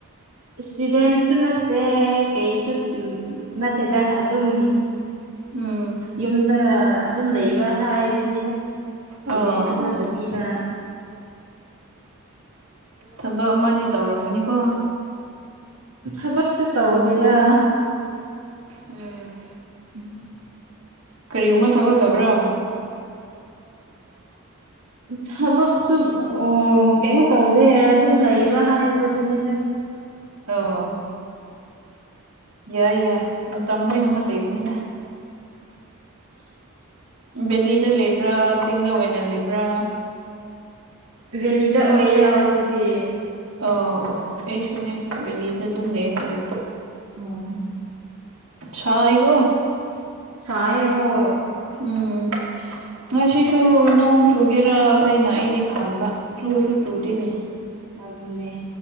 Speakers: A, on the right; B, on the right.
A: ꯁ꯭ꯇꯨꯗꯦꯟꯁꯨ ꯅꯠꯇꯦ ꯀꯩꯁꯨ ꯎꯝ ꯅꯠꯇꯦꯗ ꯑꯗꯨꯝ
B: ꯎꯝ
A: ꯌꯨꯝꯗ ꯑꯗꯨꯝ ꯂꯩꯕ ꯍꯥꯏꯕꯗꯨꯅꯤꯗ ꯁ꯭ꯇꯨꯗꯦꯟꯁꯨ
B: ꯑꯣ
A: ꯅꯠ
B: ꯑꯣ
A: ꯇꯕꯤꯗ
B: ꯊꯕꯛ ꯑꯃꯗꯤ ꯇꯧꯔꯝꯒꯅꯤꯀꯣ
A: ꯊꯕꯛꯁꯨ ꯇꯧꯗꯦꯗ
B: ꯎꯝ
A: ꯎꯝ
B: ꯀꯔꯤꯒꯨꯝꯕ ꯊꯕꯛ ꯇꯧꯕ꯭ꯔꯣ
A: ꯊꯕꯛꯁꯨ ꯑꯣ ꯀꯩꯅꯣ ꯇꯧꯗꯦ ꯑꯗꯨꯝ ꯂꯩꯕ ꯍꯥꯏꯕꯗꯨꯅꯤꯗ
B: ꯑꯣ ꯌꯥꯏ ꯌꯥꯏ ꯃꯇꯝ ꯂꯣꯏꯅꯃꯛ ꯂꯩꯕꯅꯤꯗ
A: <inaudible>
B: ꯕꯦꯂꯤꯗ ꯂꯩꯕ꯭ꯔꯥ ꯆꯤꯡꯗ ꯑꯣꯏꯅ ꯂꯩꯕ꯭ꯔꯥ
A: ꯕꯦꯂꯤꯗ ꯑꯣꯏꯌꯦ ꯍꯧꯖꯤꯛꯇꯤ
B: ꯑꯣ ꯑꯣ ꯑꯩꯁꯨꯅꯦ ꯕꯦꯂꯤꯗ ꯑꯗꯨꯝ ꯂꯩꯌꯦ ꯍꯧꯖꯤꯛ
A: ꯑꯣ
B: ꯁꯥꯏꯒꯣ
A: ꯁꯥꯏꯌꯦ ꯍꯣꯏ
B: ꯎꯝ ꯉꯁꯤꯁꯨ ꯅꯣꯡ ꯆꯨꯒꯦꯔꯥ ꯍꯥꯏꯅ ꯑꯩꯗꯤ ꯈꯥꯟꯕ ꯆꯨꯁꯨ ꯆꯨꯗꯦꯅꯦ
A: ꯑꯗꯨꯅꯦ